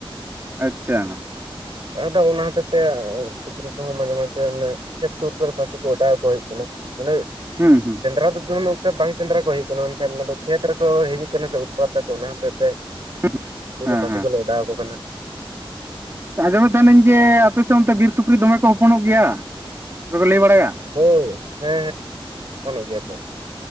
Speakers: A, on the right (about 25°); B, on the right (about 60°).
A: ᱟᱪᱪᱷᱟ
B: ᱟᱫᱚ ᱚᱱᱟ ᱦᱚᱛᱮᱡᱛᱮ ᱥᱩᱠᱨᱤ ᱠᱚᱦᱚᱸ ᱢᱟᱡᱷᱮ ᱢᱟᱡᱷᱮ ᱚᱱᱮ ᱠᱷᱮᱛ ᱥᱩᱨ ᱠᱚᱨᱮ ᱯᱷᱟᱥᱤ ᱠᱚ ᱚᱰᱟᱣ ᱟᱠᱚ ᱦᱩᱭᱩᱜ ᱠᱟᱱᱟ᱾ ᱢᱟᱱᱮ-
A: ᱦᱩᱸ ᱦᱩᱸ
B: ᱥᱮᱸᱫᱽᱨᱟ ᱫᱚ ᱩᱱᱟᱹ ᱮᱠᱴᱟ ᱵᱟᱝ ᱥᱮᱸᱫᱽᱨᱟ ᱠᱚ ᱦᱩᱭᱩᱜ ᱠᱟᱱᱟ ᱢᱮᱱᱠᱷᱟᱱ ᱟᱫᱚ ᱠᱷᱮᱛ ᱨᱮᱠᱚ ᱦᱤᱡᱩᱜ ᱠᱟᱱᱟ ᱥᱮ ᱩᱛᱯᱟᱛ ᱫᱟᱠᱚ ᱚᱱᱟ ᱦᱚᱛᱮᱡ ᱛᱮ-
A: <unintelligible>
B: ᱥᱩᱨ ᱨᱮ ᱯᱷᱟᱥᱤ
A: ᱦᱮᱸ
B: ᱠᱚᱞᱮ ᱚᱰᱟᱣ ᱟᱠᱚ ᱠᱟᱱᱟ᱾
A: ᱟᱸᱡᱚᱢᱮᱫ ᱛᱟᱦᱮᱱᱟᱹᱧ ᱡᱮ ᱟᱯᱮ ᱥᱮᱫ ᱚᱱᱛᱮ ᱵᱤᱨ ᱥᱩᱠᱨᱤ ᱫᱚᱢᱮ ᱠᱚ ᱦᱚᱯᱚᱱᱚᱜ ᱜᱮᱭᱟ ᱚᱱᱠᱟᱠᱚ ᱞᱟᱹᱭ ᱵᱟᱲᱟᱭᱟ᱾
B: ᱦᱳᱭ ᱦᱮᱸ ᱦᱮᱸ ᱦᱚᱯᱚᱱᱚᱜ ᱜᱮᱭᱟ ᱠᱚ